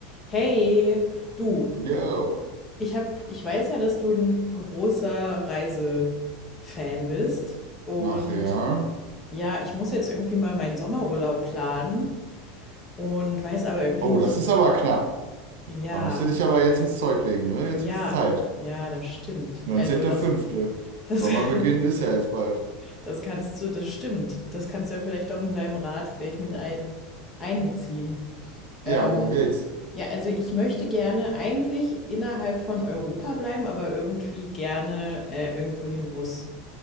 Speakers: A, on the left (about 20°); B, on the right (about 60°).
A: Hey, du,
B: Yo.
A: ich hab, ich weiß ja, dass du ein großer Reisefan bist und
B: Ach ja.
A: ja, ich muss jetzt irgendwie mal meinen Sommerurlaub planen und weiß aber irgendwie
B: Oh,
A: nicht,
B: das ist aber knapp.
A: ja,
B: Da musst du dich aber jetzt ins Zeug legen, ne? Jetzt
A: ja,
B: wird's Zeit.
A: ja, das stimmt.
B: 19.05.
A: Also das, das,
B: Sommerbeginn
A: <laughs>
B: ist ja jetzt bald.
A: das kannst du, das stimmt. Das kannst du ja vielleicht auch in deinem Rat gleich mit ein, einbeziehen. Ähm,
B: Ja, worum geht's?
A: ja, also ich möchte gerne eigentlich innerhalb von Europa bleiben, aber irgendwie gerne äh, irgendwo hin, wo es